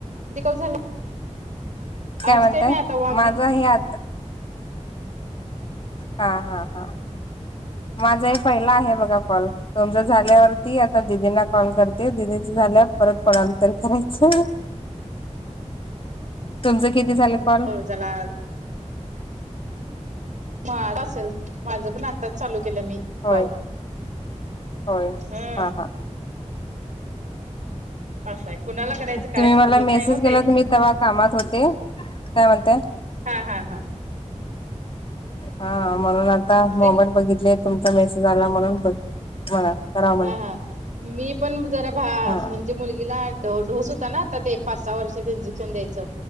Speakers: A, on the right; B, on the left.
A: किती कॅाल झालं आज
B: म्हणताय
A: काय नाही आता वांगी
B: माझा हे आता हा हा हा माझ हे पहिला आहे बघा कॉल तुमच झाल्यावरती आता दिदींना कॉल करते दिदींच झाल्यावर परत कोणाला तरी करायचं तुमचं किती झालं कॉल
A: जला माझ असेल माझं पण आत्ताच चालू केलं मी
B: होय
A: कॉल
B: होय
A: हम्म
B: हां हां
A: असं आहे कुणाला करायचं काय
B: तुम्ही मला
A: समजत
B: मेसेज
A: नाही हो
B: केला
A: ते हा
B: तु्ी तेव्हा कामात होते काय म्हणताय
A: हा हा हा
B: हा म्हणून आता मोबाईल
A: ते
B: बघितले तुमचा मेसेज आला म्हणून ब ह <inaudible>
A: हा हा मी पण जरा भा
B: हा
A: म्हणजे मुलगीला ढो ढोस होता ना आता ते पाच सहा वर्ष त्यांची क्षण द्यायचं